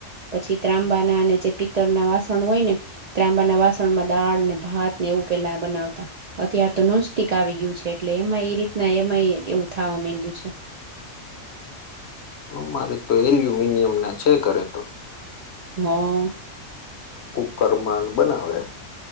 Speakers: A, on the right (about 85°); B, on the left (about 60°).
A: પછી ત્રાંબા ના અને જે પિત્તળ ના વાસણ હોય ને ત્રાંબાના વાસણમાં દાળ ને ભાત ને એવું પેલા બનાવતા અત્યારે તો નોસ્ટિક આવી ગયું છે એટલે એમાં એ રીતના એમાંય એવું થવા માંડયું છે
B: હ મારે તો એલ્યુમિનિયમ ના છે ઘરે તો
A: હા
B: કુકર મા બનાવે